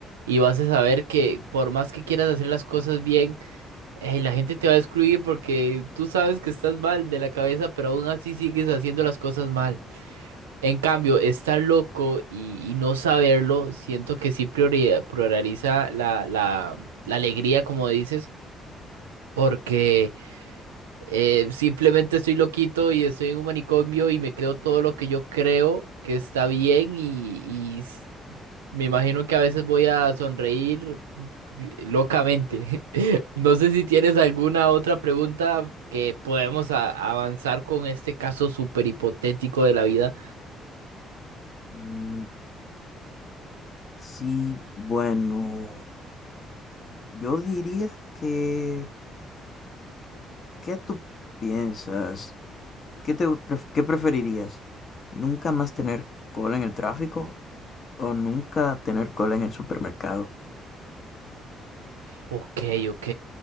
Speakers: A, on the right (about 80°); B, on the left (about 45°).
A: y vas a saber que por más que quieras hacer las cosas bien, Eh, la gente te va a excluir porque tú sabes que estás mal de la cabeza, pero aún así sigues haciendo las cosas mal. En cambio, estar loco y, y no saberlo, siento que sí priori- prioriza la, la, la alegría, como dices, porque eh, simplemente estoy loquito y estoy en un manicomio y me creo todo lo que yo creo que está bien y, me imagino que a veces voy a sonreír locamente. <laughs> No sé si tienes alguna otra pregunta que podemos a- avanzar con este caso súper hipotético de la vida.
B: Mm, sí, bueno, yo diría que, ¿qué tú piensas? ¿Qué te pref- qué preferirías? ¿Nunca más tener cola en el tráfico o nunca tener cola en el supermercado?
A: Ok, ok.